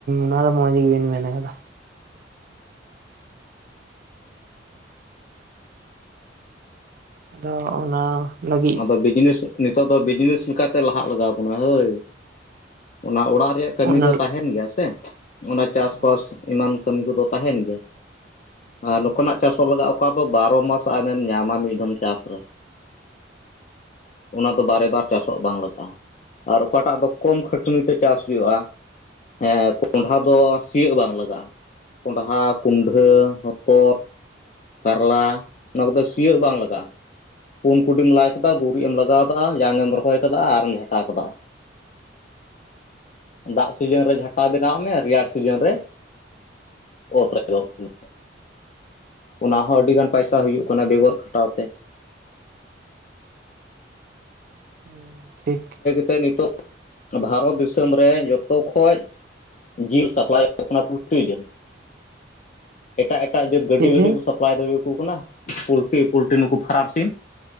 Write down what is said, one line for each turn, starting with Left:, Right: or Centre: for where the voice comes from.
Right: ᱱᱚᱣᱟ ᱫᱚ ᱢᱚᱸᱡᱽ ᱜᱮ ᱵᱮᱱ ᱢᱮᱱ ᱟᱠᱟᱫᱟ᱾ ᱟᱫᱚ ᱚᱱᱟ ᱞᱟᱹᱜᱤᱫ
Left: ᱟᱫᱚ ᱵᱤᱡᱤᱱᱮᱥ᱾ ᱱᱤᱛᱚᱜ ᱫᱚ ᱵᱤᱡᱽᱱᱮᱥ ᱞᱮᱠᱟᱛᱮ ᱞᱟᱦᱟᱜ ᱞᱟᱜᱟᱣ ᱵᱚᱱᱟ ᱦᱳᱭ, ᱚᱱᱟ ᱚᱲᱟᱜ ᱨᱮᱭᱟᱜ ᱠᱟᱹᱢᱤ
Right: ᱚᱱᱟ
Left: ᱫᱚ ᱛᱟᱦᱮᱱ ᱜᱮᱭᱟ ᱥᱮ ᱚᱱᱟ ᱪᱟᱥᱵᱟᱥ
Right: ᱦᱳᱭ
Left: ᱮᱢᱟᱱ ᱠᱟᱹᱢᱤ ᱠᱚᱫᱚ ᱛᱟᱦᱮᱱ ᱜᱮᱭᱟ᱾ ᱟᱨ
Right: ᱦᱩᱸ
Left: ᱱᱚᱝᱠᱟᱱᱟᱜ ᱪᱟᱥᱚᱜ ᱞᱟᱜᱟᱜᱼᱟ ᱚᱠᱟ ᱫᱚ ᱵᱟᱨᱚ ᱢᱟᱥ ᱟᱢᱮᱢ ᱧᱟᱢᱟ ᱢᱤᱫᱦᱚᱢ ᱪᱟᱥ ᱨᱮ᱾ ᱚᱱᱟ ᱫᱚ ᱵᱟᱨᱮ ᱵᱟᱨ ᱪᱟᱥᱚᱜ ᱵᱟᱝ ᱞᱟᱜᱟᱜᱼᱟ ᱟᱨ ᱚᱠᱟᱴᱟᱜ ᱫᱚ ᱠᱚᱢ ᱠᱷᱟᱹᱴᱟᱹᱱᱤ ᱛᱮ ᱪᱟᱥ ᱦᱩᱭᱩᱜᱼᱟ᱾ ᱦᱮᱸᱻ ᱠᱚᱸᱰᱷᱟ ᱫᱚ ᱥᱤᱭᱳᱜ ᱵᱟᱝ ᱞᱟᱜᱟᱜᱼᱟ᱾ ᱠᱚᱸᱰᱷᱟ, ᱠᱩᱢᱰᱷᱟᱹ ᱦᱚᱛᱚᱫ᱾ ᱠᱟᱨᱞᱟ ᱚᱱᱟ ᱠᱚᱫᱚ ᱥᱤᱭᱳᱜ ᱵᱟᱝ ᱞᱟᱜᱟᱜᱼᱟ᱾ ᱯᱩᱱ ᱠᱩᱰᱤᱢ ᱞᱟᱭ ᱠᱮᱫᱟ ᱜᱩᱨᱤᱡ ᱮᱢ ᱞᱟᱜᱟᱣ ᱠᱮᱫᱟ ᱡᱟᱝᱢ ᱨᱚᱦᱚᱭ ᱠᱟᱫᱟ ᱟᱨᱮᱢ ᱡᱷᱟᱴᱟ ᱠᱮᱫᱟ ᱾ ᱫᱟᱜ ᱥᱤᱡᱤᱱ ᱨᱮ ᱡᱷᱟᱴᱟᱣ ᱵᱮᱱᱟᱣᱟᱜ ᱢᱮ ᱨᱮᱭᱟᱲ ᱥᱤᱡᱤᱱ ᱨᱮ <unintelligible> ᱚᱱᱟ ᱦᱚᱸ ᱟᱹᱰᱤ ᱜᱟᱱ ᱯᱟᱭᱥᱟ ᱦᱩᱭᱩᱜ ᱠᱟᱱᱟ ᱵᱮᱜᱚᱨ ᱠᱷᱟᱴᱟᱣ ᱛᱮ ᱾
Right: <unintelligible>
Left: ᱛᱮ ᱱᱤᱛᱚᱜ ᱵᱷᱟᱨᱚᱛ ᱫᱤᱥᱚᱢ ᱨᱮ ᱡᱚᱛᱚ ᱠᱷᱚᱡ ᱡᱤᱞ ᱥᱟᱯᱞᱟᱭᱚᱜ ᱠᱟᱱᱟ ᱯᱩᱞᱴᱤ ᱡᱤᱞ᱾ ᱮᱴᱟᱜ ᱮᱴᱟᱜ ᱡᱟᱹᱛ ᱜᱟᱹᱰᱤ
Right: ᱪᱮᱫ
Left: ᱜᱟᱹᱰᱤ
Right: ᱡᱮ
Left: ᱠᱚ ᱥᱟᱯᱞᱟᱭ ᱫᱟᱲᱮᱭᱟᱠᱚ ᱠᱟᱱᱟ ᱯᱩᱞᱴᱤ ᱯᱚᱞᱴᱤ ᱱᱩᱠᱩ ᱯᱷᱟᱨᱟᱯ ᱥᱤᱢ᱾